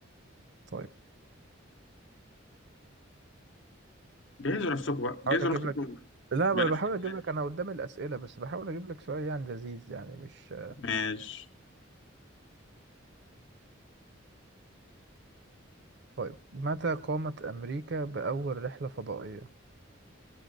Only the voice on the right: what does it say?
طيب
بحاول اجيب
لك لا
انا بحاول
اجيب لك انا قدام الاسئله بس بحاول اجيب لك سؤال يعني لذيذ يعني مش
طيب متى قامت امريكا باول رحله فضائيه